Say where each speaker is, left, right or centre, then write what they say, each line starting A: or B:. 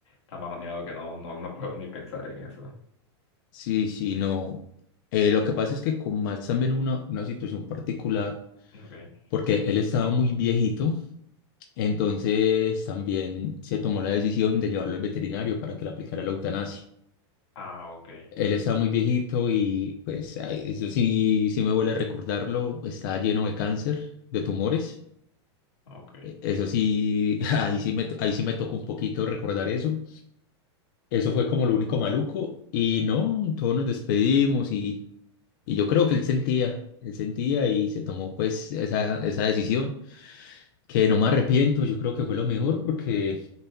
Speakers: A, on the left (about 85°); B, on the left (about 45°).
A: tan bajoneado que no, no, no puedo ni pensar en eso.
B: Sí, sí, no. Eh, lo que pasa es que con Max también una, una situación particular,
A: Okay.
B: porque él estaba muy viejito. Entonces también se tomó la decisión de llevarlo al veterinario para que le aplicara la eutanasia.
A: Ah, okay.
B: Él estaba muy viejito y pues ay, eso sí, sí me huele a recordarlo, estaba lleno de cáncer, de tumores.
A: Okay.
B: E- Eso sí, <laughs>
A: Lo
B: ahí
A: siento.
B: sí me, to- ahí sí me tocó un poquito recordar eso. Eso fue como lo único maluco y no, todos nos despedimos y, y yo creo que él sentía, él sentía y se tomó pues esa, esa decisión. que no me arrepiento, yo creo que fue lo mejor porque